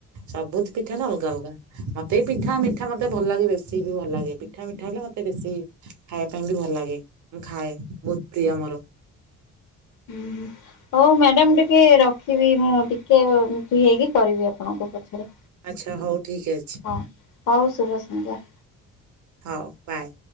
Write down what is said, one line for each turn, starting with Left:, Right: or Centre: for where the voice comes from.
Right: ସବୁ ପିଠା ର ଅଲଗା ଅଲଗା। ମତେ ପିଠା ମିଠା ମତେ ଭଲ ଲାଗେ ବେଶୀ ବି ଭଲ ଲାଗେ ପିଠା ମିଠା ହେଲେ ମତେ ବେଶୀ ଖାଇବା ପାଇଁ ବି ଭଲ ଲାଗେ ମୁଁ ଖାଏ ବହୁତ ପ୍ରିୟ ମର।
Left: ହୁଁ। ହଉ ମ୍ୟାଡାମ ଟିକେ ରଖିବି ମୁଁ ଟିକେ ମ ଫ୍ରି ହେଇକି କରିବି ଆପଣଙ୍କୁ ପଛରେ।
Right: ଆଚ୍ଛା ହଉ ଠିକ ଅଛି।
Left: ହଁ ହଉ ଶୁଭ ସଂଧ୍ୟା।
Right: ହଁ ବାଏ।